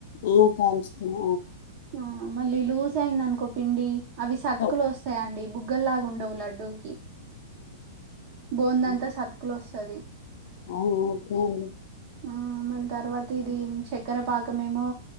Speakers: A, on the left; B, on the right.
A: <inaudible> కాల్చుకున్నా
B: ఆ మళ్ళీ లూస్ అయ్యిందనుకో పిండి అవి సతుకులు
A: ఆ ఓ-
B: వస్తాయండి బు గల్లాగుండవు లడ్డూకి బోందంతా
A: ఆ
B: సతుకులొస్ తది
A: ఆ ఓకే అండి
B: ఆ మళీ తర్వాత ఇది చక్కెర పాకమేమో